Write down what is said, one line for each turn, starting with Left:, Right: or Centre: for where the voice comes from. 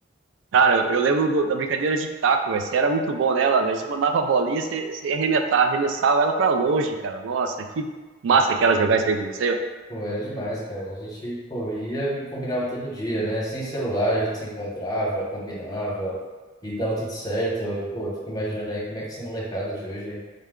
Right: Cara, eu eu lembro do- da brincadeira de taco, velho. Você era muito bom nela, velho. A gente mandava a bolinha, você, você ia arrematar, arremessava ela pra longe, cara. Nossa, que massa
Left: Pô, cara.
Right: que era jogar isso aí com você,
Left: Pô, era demais, cara. A gente, pô, ia e combinava todo dia, né? Sem celular, a gente se encontrava, combinava e dava tudo certo. Pô, eu fico imaginando aí como é que essa molecada de hoje